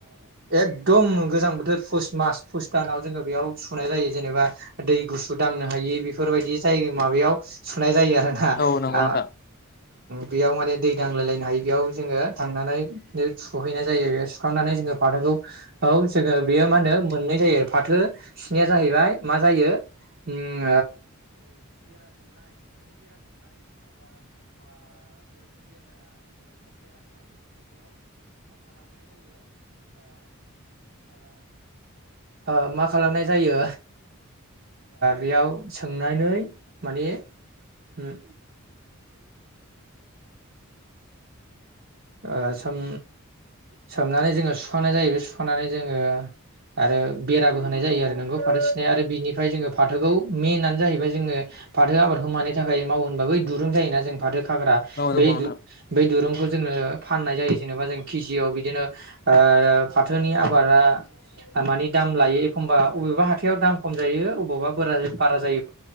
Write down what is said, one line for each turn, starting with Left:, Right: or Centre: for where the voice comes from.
Right: एकदम गोजां बोथोर पुस मास पुस दानाव जोङो बेयाव सुनाय जायो जेनेबा दै गुसु दांनो हायि बेफोरबायदि जायग माबायाव सुनाय जायो आरोना
Left: औ नंगौ
Right: ओ
Left: नोंथां
Right: बेयाव माने दै दांलाय लायनो हायि बेयाव जोङो थांनानै सुहैनाय जायो बे सुखांनानै जोङो फाथोखौ औ जोङो बेयो मा होनो मोननाय जायो फाथो सिनाया जाहैबाय मा जायो उम ओ मा खालामनाय जायो बेयाव सोमनानै माने उम ओ सोम सोमनानै जोंङो सुखांनाय जायो बे सुखांनानै जोङो आरो बेराबो होनाय जायो आरो नोंगौ फाथो सिनाय आरो बिनिफ्राय जोंङो फाथोखौ मेनानो जाहैबाय जोंङो फाथो आबादखौ मानि थाखाय माव होनबा बै दुरुं जायोना जों फाथो खाग्रा
Left: औ नंगौ
Right: बे
Left: नोंथां
Right: बै दुरुंखौ जोंङो फनाय जायो जेनेबा जों केजयाव बिनो ओ फाथोनि आबा मानि लायो एखबा अबेबा हाथाया दाम खम अबावबा बारा बारा जायो